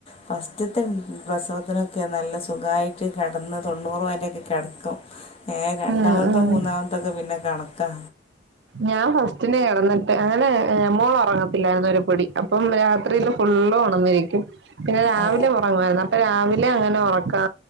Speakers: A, on the left (about 30°); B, on the right (about 70°).
A: ഫസ്റ്റ് ത്തെ പ്രസവത്തിനൊക്കെ നല്ല സുഖായിട്ട് കിടന്ന് തൊണ്ണൂറ് വരെക്കെ കിടക്കും ഏ രണ്ടാമത്തോ
B: ഉം ഉം
A: മൂന്നാമത്തൊക്കെ പിന്നെ കണക്കാ
B: ഞാൻ ഫസ്റ്റിന് കടന്ന് അങ്ങനെ മോളോറങ്ങത്തില്ലായിരുന്നോരു പൊടി അപ്പം രാത്രിയില് ഫുള്ള് ഉണർന്നിരിക്കും പിന്നെ രാവിലെ
A: ഓ
B: ഉറങ്ങുവായിരുന്നു അപ്പൊ രാവിലെ അങ്ങനെ ഉറക്കാ